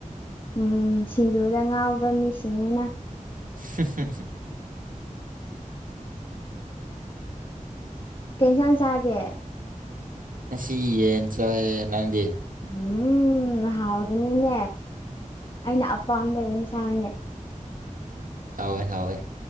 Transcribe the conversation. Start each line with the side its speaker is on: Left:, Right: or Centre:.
Left: ꯎꯝ ꯁꯤꯡꯖꯨꯗ ꯉꯥꯎꯕ ꯃꯤꯁꯤꯡꯅꯤꯅ꯫
Right: <unintelligible>
Left: ꯀꯩ ꯏꯟꯁꯥꯡ ꯆꯥꯒꯦ?
Right: ꯉꯁꯤ ꯌꯦꯟ ꯆꯥꯏꯌꯦ꯫ ꯅꯪꯗꯦ?
Left: ꯎꯝ ꯍꯥꯎꯒꯅꯤꯅꯦ ꯑꯩꯅ ꯑꯄꯥꯝꯕ ꯌꯦꯟꯁꯥꯡꯅꯦ꯫
Right: ꯍꯥꯎꯋꯦ ꯍꯥꯎꯋꯦ꯫